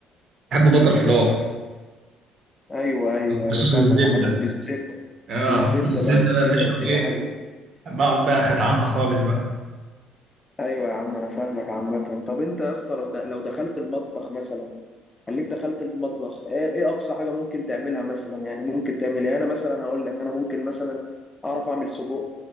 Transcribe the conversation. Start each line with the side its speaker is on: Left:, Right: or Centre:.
Right: بحبه بطر فلاي
Left: ايوه ايوه
Right: بصوص
Left: ايوه فاهمك
Right: الزبده
Left: عامه بالزبده
Right: اه
Left: بالزبده
Right: حط الزبدة
Left: بقى والدنيا
Right: بقى يا باشا
Left: الدنيا
Right: وايه
Left: حلوه
Right: بقعد بقى ختعمها خالص بقى
Left: ايوه يا عم انا فاهمك عامه طب انت يا اسطى لو د- لو دخلت المطبخ مثلا خليك دخلت المطبخ ايه إيه اقصى حاجه ممكن تعملها مثلا يعني ممكن تعمل ايه انا مثلا هقول لك انا ممكن مثلا اعرف اعمل سجق